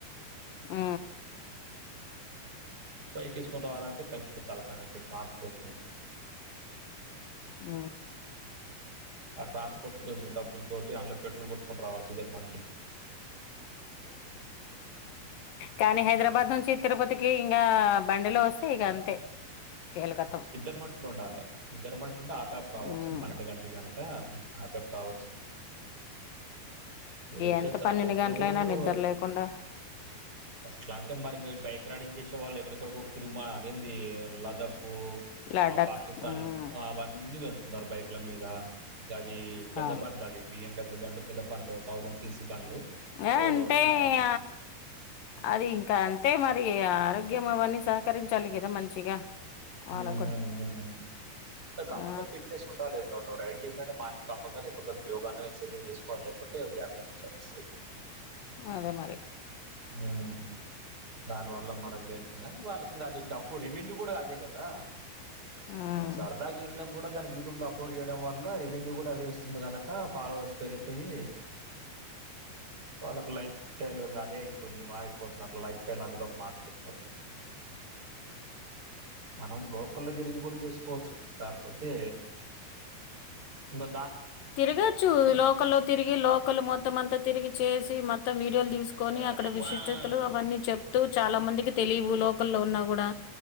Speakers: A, on the left (about 65°); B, on the right (about 20°).
A: ఆ
B: బైకేసుకుొని రావాలంటే పెద్ద తలకాయనోప్పి ట్రాన్స్పోట్లు
A: ఆ
B: ఆ ట్రాన్స్పోర్ట్ డబ్బుల తోటి అందులో పెట్రోల్ కొట్టుకోని రావచ్చు ఇద్దరు మనుషులు
A: కానీ హైదరాబాద్ నుంచి తిరుపతికి ఇంగ బండిలో వస్తే ఇంగ అంతే
B: అ
A: కీలకతం
B: ఇద్దరు మనుషులు ఉండాలే ఇద్దరు మనుషులు ఉంటే ఆపపి రావచ్చు
A: ఉమ్
B: పన్నెండు గంటలు కానీ గా ఆపపి రావచ్చు ఇగ వచ్చేస్తారు
A: ఎంత పన్నెండు
B: అట్లా వచ్చినోళ్ళు
A: గంటలైనా
B: కూడా ఉన్నారు
A: నిద్ర లేకుండా
B: అట్లా అంటే మరి ఇంగ బైక్ రైడింగ్ చేసే వాళ్ళు ఎట్ ఎక్కడెక్కడకో కుటుంబా అదేంది లదఖో
A: లడక్
B: ఆ పాకిస్తాన్
A: మ్మ్
B: అవన్నీ వెళ్ న్నారు బైక్ల మీద ఇంకా గవి పెద్ద
A: అవును
B: పండ్లు అవి బిఎండబ్ల్యూ బండ్లు పెద్ద బండ్లు థౌసండ్ సిసీ బండ్లు
A: ఆ
B: సో
A: అంటే
B: మైల్
A: ఇ అది ఇంకా అంతే మ అరి ఆరోగ్యం అవన్నీ సహకరించాలి కదా మంచిగా
B: ఉమ్
A: వాళ్ళకు
B: ఊ
A: కూడా
B: ఊ కంపల్సరీ
A: ఆ
B: ఫిట్నెస్ ఉండాలి ఇగ వా నువ్ రైడ్ చేసినట మార్నింగ్ కంపల్సరీ ఎక్కడ్ దగ్గర యోగా ఎక్సైజు చేసుకోవాలి లేకుంటే బ్యాక్ పెయిన్ వచ్చేస్తది
A: అదే మరి
B: ఉమ్ దానివల్ల మళ లేనప్పుడు కానీ వాళ్ళకి ఇంకా అది డబ్బు రెవెన్యూ కూడా అదే కదా
A: మ్మ్
B: వాల్ సరదా కి ఎల్న్ప్ కూడా దాన్ని యూట్యూబ్లో అప్లోడ్ చేయ్యడం వల్ల రెవెన్యూ కూడా అదే ఇస్తుంది కనుక ఫాలోవర్స్ పెరిగిపోయి వాళ్ళకు లైఫ్ స్టైల్ ఇంగ అదే అయిపోయింది మారిపోతుంది అట్లా లైఫ్ అందులోకి మార్చుకుట్నారు మనం లోక్ లోకల్లో తిరిగి కూడా చేసుకోవచ్చు కాక్పోతే ఇంగా
A: తిరగచ్చు లోకల్లో తిరిగి లోకల్ మొత్తం అంతా తిరిగి చేసి మొత్తం వీడియోలు తీసుకొని
B: కానీ
A: అక్కడ విశిష్టతలు
B: మా-
A: అవన్నీ చెప్తూ చాలా మందికి తెలియవు లోకల్లో ఉన్నా కూడా